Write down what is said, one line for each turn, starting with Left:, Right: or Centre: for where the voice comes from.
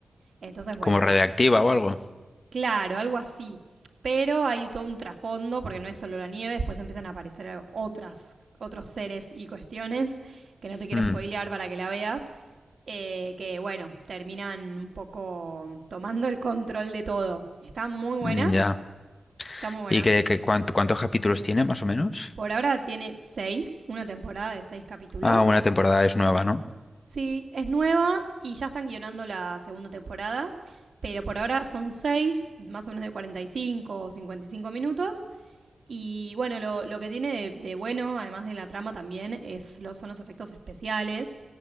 Right: Entonces, bueno,
Left: ¿Como radiactiva
Right: ah,
Left: o algo?
Right: claro, algo así. Pero hay todo un trasfondo, porque no es solo la nieve, después empiezan a aparecer otras, otros seres y cuestiones, que no te quiero
Left: Mm,
Right: spoilear para que la veas eh, que bueno, terminan un poco tomando el control de todo. Está muy buena,
Left: mm, ya.
Right: está muy buena.
Left: ¿Y qué, qué- cuánto- cuántos capítulos tiene más o menos?
Right: Por ahora tiene seis, una temporada de seis capítulos.
Left: Ah, una temporada es nueva, ¿no?
Right: Sí, es nueva y ya están guionando la segunda temporada, pero por ahora son seis, más o menos de 45 o 55 minutos. Y bueno, lo, lo que tiene de, de bueno, además de la trama también, es, los, son los efectos especiales,